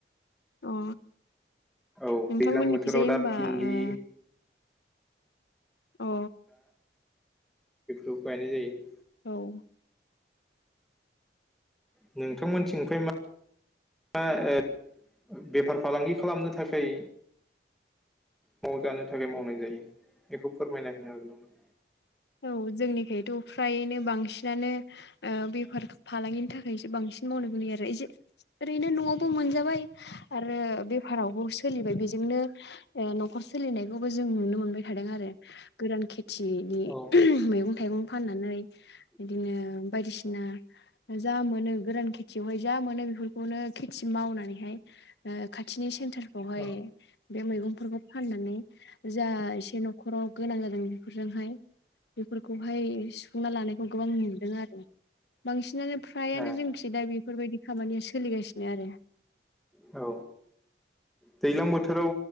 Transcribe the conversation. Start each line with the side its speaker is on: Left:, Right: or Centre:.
Left: अ
Centre: औ
Left: नोंथांमोननिखिजाय
Centre: दैज्लां बोथोराव दा
Left: होमबा
Centre: भिन्दि
Left: ओ अ
Centre: बेफोरावबो गायनाय जायो।
Left: अ औ
Centre: नोंथांमोनथिं ओमफाय मा मा ओ बेफार फालांगि खालामनो थाखाय नवाव जानो थाखाय मावनाय जायो बेखौ फोरमायना होनो हागोन नामा?
Left: औ जोंनिखोयथ' फ्रायनो बांसिनानो ओ बे फार <unintelligible> फालांगिनि थाखायसो बांसिन मावनो लैयो आरो ओरैनो न'आवबो मोनजाबाय आरो बेफारावबो सोलिबाय बेजोंनो ओ नख'र सोलि नायखौबो जों नुनो मोनबाय थादों आरो गोरान खिथि नि
Centre: औ
Left: ओम मैगं थाइगं फाननानै बिदिनो
Centre: <inaudible>
Left: बायदिसिना जा मोनो गोरान खेथियावहाय जा मोनो बेफोरखौनो खेथि मावनानैहाय ओ खाथिनि सेन्टारफ्रावहाय
Centre: औ
Left: बे मैगंफोरखौ फाननानै जा एसे नख'राव गोनां जादों बिफोरजोंहाय बिफोरखौहाय सुफुंना लानायखौ गोबां नुबोदों आरो। बांसिनानो फ्रायानो
Centre: औ
Left: जोंखि दा बिफोरबायदि खामानिया सोलिगासिनो आरो
Centre: औ। दैलां बोथोराव